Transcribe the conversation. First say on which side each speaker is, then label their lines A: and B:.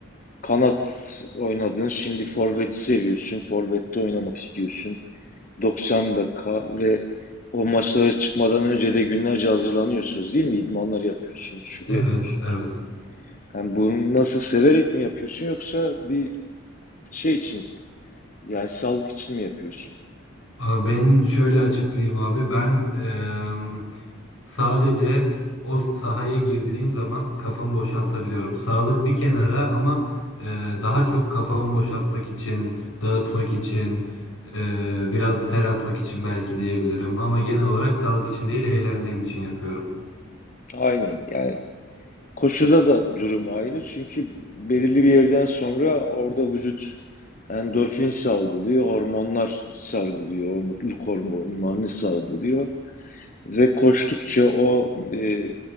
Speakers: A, on the left; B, on the left.
A: kanat oynadın, şimdi forvet seviyorsun. Forvette oynamak istiyorsun. 90 dakika ve o maçlara çıkmadan önce de günlerce hazırlanıyorsunuz değil mi? İdmanlar yapıyorsunuz, şu
B: Evet,
A: bu yapıyorsunuz.
B: evet.
A: Yani bunu nasıl severek mi yapıyorsun yoksa bir şey için Yani sağlık için mi yapıyorsun?
B: Aa, Ben şöyle açıklayayım abi. Ben em, sadece o sahaya girdiğim zaman kafamı boşaltabiliyorum. Sağlık bir kenara ama e, daha çok kafamı boşaltmak için, dağıtmak için, e, biraz ter atmak için belki diyebilirim. Ama genel olarak sağlık için değil, eğlendiğim için yapıyorum.
A: Aynen. Yani koşuda da durum aynı. Çünkü belirli bir yerden sonra orada vücut endorfin salgılıyor, hormonlar salgılıyor, o mutluluk hormonlarını salgılıyor ve koştukça o e,